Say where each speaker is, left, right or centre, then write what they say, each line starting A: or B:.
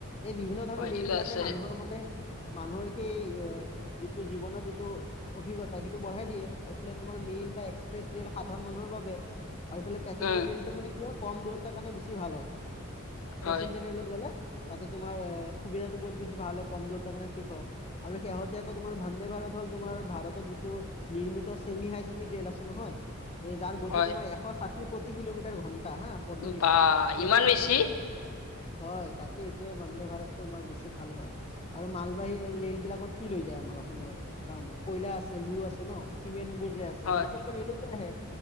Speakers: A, on the left (about 30°); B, on the left (about 80°).
A: এই বিভিন্ন ধৰণৰ
B: হয় এইটোতো
A: ৰে'ল বিলাকে
B: আছে
A: মানুহৰ মানে মানুহৰ সেই এ যিটো জীৱনৰ যিটো অভিজ্ঞতা, সেইটো বঢ়াই দিয়ে। এইফালে তোমাৰ মেইল বা এক্সপ্ৰেছ ৰেল সাধাৰণ মানুহৰ বাবে। আৰু এইফালে পেচেঞ্জাৰ
B: উম
A: ৰেলটো কি হয়, কম দূৰত্বৰ কাৰণে বেছি ভাল হয়।
B: হয়
A: পেচেঞ্জাৰ ৰে'লত গ'লে তাতে তোমাৰ সুবিধাটো বহুত বেছি ভাল হয়। কম দূৰতৰ কাৰণে ঠিক হয়। আৰু শেহতীয়াকৈ তোমাৰ ভাণ্ডে ভাৰত হ'ল আৰু ভাৰতত যিটো নিৰ্মিত ছেমি হাই স্পীড ৰেল আছে নহয় এই যাৰ গতি
B: হয়
A: তোমাৰ এশ ষাঠি প্ৰতি কিলোমিটাৰ ঘণ্টা হা পৰ্যন্ত,
B: বা
A: সেইটো
B: ইমান বেছি
A: মানে হয়, তাকে। এইটোৱে বন্দে ভাৰত তোমাৰ বেছি ভাল হয়। আৰু মালবাহী ৰেলবিলাক ক'ত কি লৈ যায় আমাৰ অসমৰ কাৰণে। কয়লা আছে লু আছে ন চিমেন্ট বোৰ যে আছে,
B: হয়
A: সেইবোৰ চবটো ৰেলত আহে